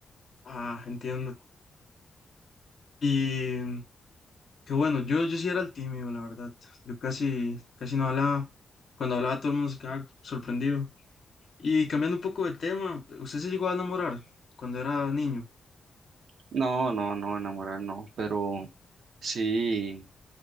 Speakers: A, on the left; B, on the right.
A: Ah, entiendo. Y mm, qué bueno, yo, yo sí era el tímido, la verdad. Yo casi, casi no hablaba. Cuando hablaba todo el mundo se quedaba sorprendido. Y cambiando un poco de tema, ¿usted se llegó a enamorar cuando era niño?
B: No, no, no, enamorar no, pero sí,